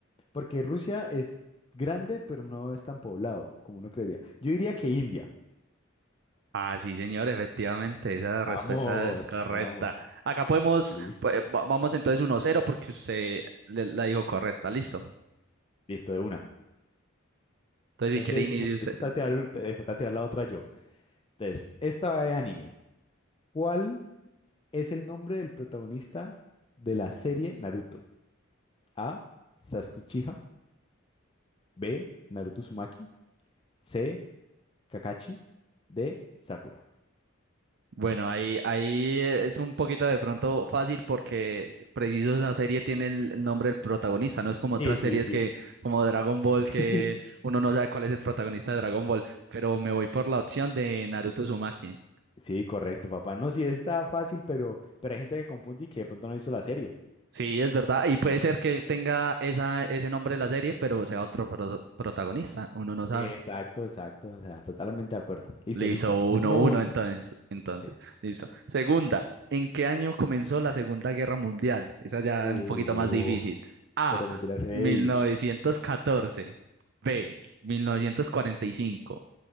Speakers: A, on the left (about 25°); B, on the right (about 55°).
A: Porque Rusia es grande, pero no es tan poblado como uno creería. Yo diría que India.
B: Ah, sí, señor, efectivamente, esa
A: Vamos,
B: respuesta es correcta.
A: vamos.
B: Acá podemos,
A: Listo,
B: pues, va- vamos entonces uno cero porque usted le- la dijo correcta, listo.
A: listo, de una.
B: Entonces,
A: Entonces,
B: si quiere inicio,
A: me
B: usted,
A: me falta tirar, te- falta tirar la otra yo. Entonces, esta va de anime. ¿Cuál es el nombre del protagonista de la serie Naruto? A. Sasuke Uchiha. B. Naruto Uzumaki. C. Kakashi de Sakura.
B: Bueno, ahí, ahí es un poquito de pronto fácil porque preciso esa serie tiene el el nombre del protagonista, no es como otras
A: Sí, sí,
B: series
A: sí.
B: que, como Dragon Ball,
A: <laughs>
B: que uno no sabe cuál es el protagonista de Dragon Ball, pero me voy por la opción de Naruto Uzumaki.
A: Sí, correcto, papá. No, sí, está fácil, pero, pero hay gente que confunde y que de pronto no hizo la serie.
B: Sí, es verdad, y puede ser que tenga esa, ese nombre de la serie, pero sea otro pro- protagonista, uno no sabe.
A: Exacto, exacto. O sea, totalmente de acuerdo. Listo,
B: Le
A: listo.
B: hizo uno
A: Uno,
B: 1
A: uno.
B: entonces, entonces.
A: Ok,
B: Listo. Segunda, ¿en qué año comenzó la Segunda Guerra Mundial? Esa ya
A: Uh,
B: es un poquito más difícil. A,
A: Pero me tiras heavy.
B: mil novecientos catorce B, mil novecientos cuarenta y cinco